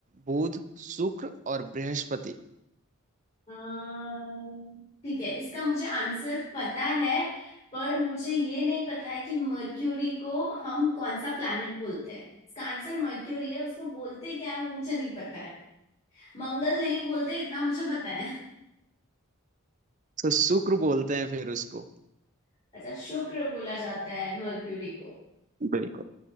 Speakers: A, on the right (about 35°); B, on the left (about 30°).
A: बुध शुक्र और बृहस्पति
B: अम्म, ठीक है इसका मुझे आंसर पता है पर मुझे ये नहीं पता है कि मर्क्यूरी को हम कौन सा प्लैनेट बोलते हैं इसका आंसर मर्क्यूरी है उसको बोलते क्या है वो मुझे नहीं पता मंगल नहीं बोलते इतना मुझे पता है
A: तो शुक्र बोलते हैं फिर उसको
B: अच्छा शुक्र बोला जाता है मर्क्यूरी को
A: बिल्कुल